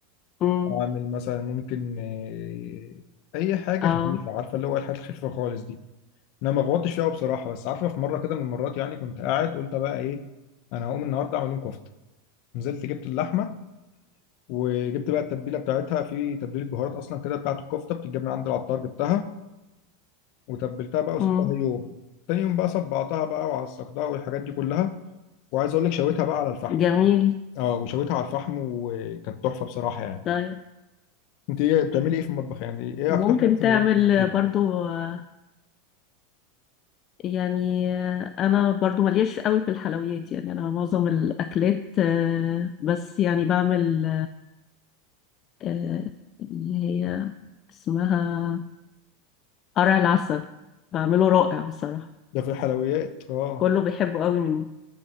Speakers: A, on the left (about 30°); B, on the left (about 50°).
A: مم.
B: اعمل مثلا ممكن إيه اي حاجه
A: اه
B: خفيفه عارفه اللي هو الحاجات الخفيفه خالص دي انا ما غوطتش فيها بصراحه بس عارفه في مره كده من المرات يعني كنت قاعد قلت بقى ايه انا هقوم النهارده اعمل لهم كفته نزلت جبت اللحمه وجبت بقى التتبيله بتاعتها في تتبيله بهارات اصلا كده بتاعت الكفته بتتجاب من عند العطار جبتها وتبلتها بقى وسبتها
A: مم.
B: يوم تاني يوم بقى صبعتها بقى وعصقتها والحاجات دي كلها وعايز اقول لك شويتها بقى على الفحم
A: جميل
B: اه وشويتها على الفحم وكانت تحفه بصراحه يعني
A: طيب
B: انت ايه بتعملي ايه في المطبخ يعني ايه
A: ممكن
B: اكتر حاجه مثلاً
A: تعمل
B: بتعملي؟
A: برضو آه، يعني آه، انا برضو مليش قوي في الحلويات يعني انا معظم الاكلات آه، بس يعني بعمل آه، اللي هي اسمها قرع العسل بعمله رائع بصراحة
B: ده في الحلويات اه
A: كله بيحبه قوي مني